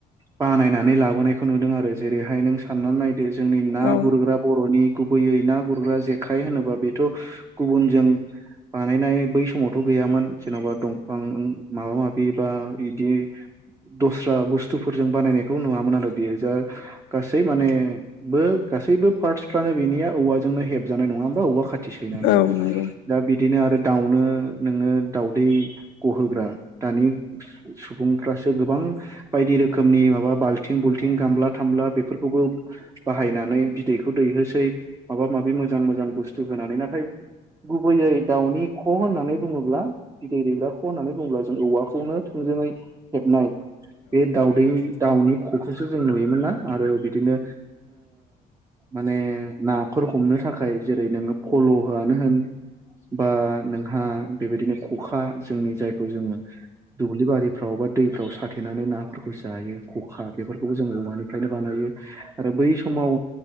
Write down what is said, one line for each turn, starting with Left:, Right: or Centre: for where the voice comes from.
Right: बानायनानै लाबोनायखौ नुदों आरो जेरैहाय नों साननानै नायदो जोंनि ना
Left: औ
Right: गुरग्रा बर'नि गुबैयै ना गुरग्रा जेखाइ होनोबा बेथ' गुबुनजों बानायनाय बै समावथ' गैयामोन जेन'बा दंफां माबा माबि बा बिदि दस्रा बुस्थु फोरजों बानायनायखौ नुवामोन आरो बियो जा गासै माने बो गासैबो पार्टसफ्रानो बे नि औव जोंनो हेबजानाय नङा हबा औवा खाथि सैनानै
Left: औ नंगौ
Right: दा बिदिनो आरो दाउनो नोङो दाावदै गहोग्रा दानि सुबुंफ्रासो गोबां बायदि रोखोम रोखोमनि माबा बाल्थिं बुल्थिं गामला थामला बेफोरखौबो बाहायनानै बिदैखौ दैहोसै माबा माबि मोजां मोजां बुस्थु होनानै नाथाय गुबैयै दाउनि ख' होननानै बुङोब्ला बिदै दैग्राखौ होन्नानै बुङोब्ला जों औवाखौनो थोंजोङै हेबनाय बे दाउदै दाउनि ख'खौसो जों नुयोमोन ना? आरो बिदिनो माने नाफोर हमनो थाखाय जेरै नोङो फल' हो आनो होन बा नोंहा बेबायदिनो खखा जोंनि जायखौ जोङो दुब्लि बारि फ्राव बा दैफ्राव साथेनानै नाफोरखौ जायो खखा बेफोरखौबो जों औवानिफ्रायनो बानायो। आरो बै समाव